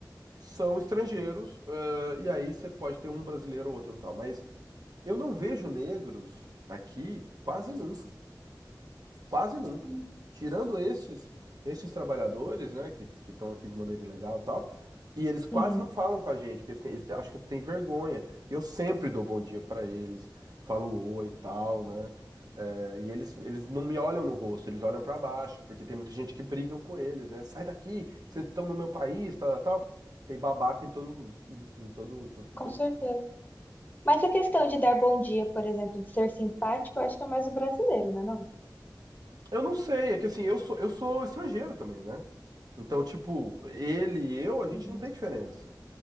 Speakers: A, on the right (about 60°); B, on the left (about 25°).
A: são estrangeiros, eh, e aí você pode ter um brasileiro ou outro e tal. Mas eu não vejo negros aqui quase nunca. Quase nunca.
B: Hum,
A: Tirando estes, estes trabalhadores, né, que que estão aqui de maneira ilegal e tal, e eles quase
B: uhum.
A: não falam com a gente, porque eles, têm, eles acham que tem vergonha. Eu sempre dou bom dia pra eles, falo oi e tal, né? É, e eles, eles não me olham no rosto, eles olham pra baixo, porque tem muita gente que brigam com eles, né? Sai daqui, vocês estão no meu país, tal, tal. Tal. Tem babaca em todo, em todo,
B: Com
A: em todo
B: certeza. Mas a questão de dar bom dia, por exemplo, de ser simpático, eu acho que é mais o brasileiro, né, não?
A: Eu não sei, é que assim, eu sou, eu sou estrangeiro também, né? Então, tipo, ele e eu, a gente
B: Uhum.
A: não tem diferença.